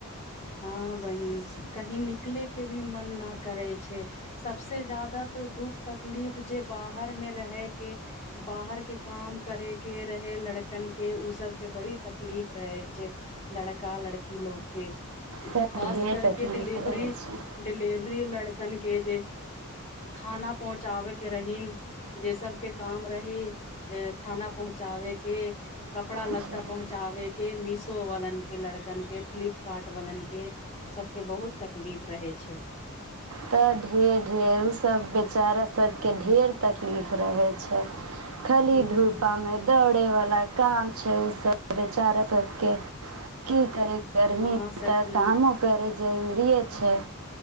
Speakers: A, on the left; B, on the right.
A: हँ बहिन कही निकले के भी मन न करे छै सबसे जादा तो दुःख तकलीफ जे बाहर मे रहे के बाहर के काम करे के रहे लड़कन के ओ सबके बड़ी तकलीफ रहे छै लड़का लड़की लोक के
B: तऽ
A: खास
B: ढेर
A: करके
B: तकलीफ
A: डिलिवरी
B: रहै छै
A: डिलिवरी लड़कन के जे खाना पहुँचाबे के रहहिन जे सबके काम रही खाना पहुँचाबे के कपड़ा लत्ता
B: जी
A: पहुँचाबे के मिस तो वलन के लड़कन के फ्लिपकार्ट पवलन के सबके बहुत तकलीफ रहै छै
B: तऽ ढेर ढेर ओसभ बेचारा सभके ढेर तकलीफ रहै छै खाली
A: हूँ
B: धूपा में दौड़े वला काम छै ओ सब बेचारा सबके की करे गर्मी
A: हँ सखी
B: त कामो करै जरूरिे छै